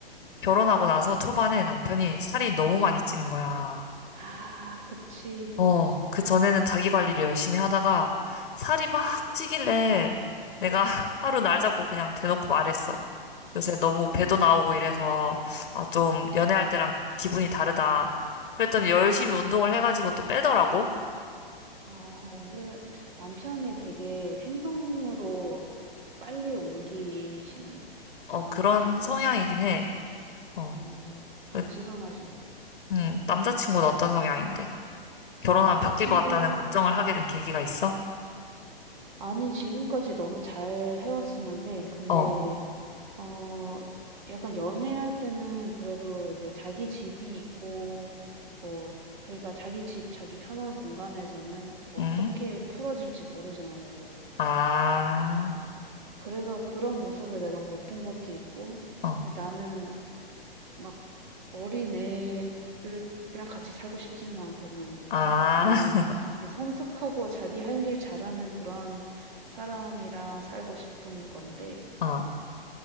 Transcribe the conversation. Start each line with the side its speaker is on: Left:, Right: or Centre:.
Left: 결혼하고 나서 초반에 남편이 살이 너무 많이 찌는 거야.
Right: 아, 그치.
Left: 어, 그 전에는 자기 관리를 열심히 하다가 살이 막 찌길래 내가 <laughs> 하루 날 잡고 그냥 대놓고 말했어. 요새 너무 배도 나오고 이래서, 아, 좀 연애할 때랑 기분이 다르다. 그랬더니 열심히 운동을 해가지고 또 빼더라고.
Right: 아 남자 남편이 되게 행동으로 빨리 옮기시는
Left: 어,
Right: 그런
Left: 그런
Right: 편인가
Left: 성향이긴
Right: 보다.
Left: 해. 어,
Right: 음 부지런하시네.
Left: 그, 음, 남자친구는 어떤 성향인데? 결혼하면
Right: 남자친구
Left: 바뀔 것 같다는 걱정을 하게 된 계기가 있어?
Right: 아니 지금까지 너무 잘 해 왔었는데 근데
Left: 어,
Right: 어 약간 연애할 때는 그래도 이제 자기 집이 있고 뭐 그러니까 자기 집 자기 편한 공간에서는 어떻게
Left: 응?
Right: 풀어질지 모르잖아 나도.
Left: 아,
Right: 그래서 그런 모습을 내가 못 본 것도 있고
Left: 어,
Right: 근데 나는 막 어린애를 이랑 같이 살고 싶지는 않거든.
Left: 아,
Right: 그냥
Left: <laughs>
Right: 되게 성숙하고 자기 할 일 잘하는 그런 사람이랑 살고 싶은 건데
Left: 어.